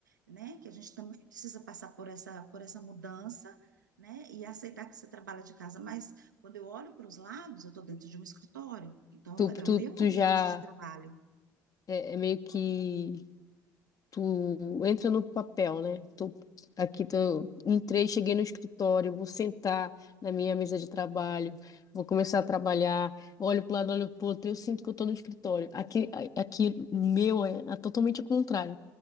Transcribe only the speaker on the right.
né, que a gente também precisa passar por essa, por essa mudança, né, e aceitar que você trabalha de casa, mas quando eu olho para os lados, eu estou dentro de um escritório. Então,
é
o meu
ambiente
de trabalho.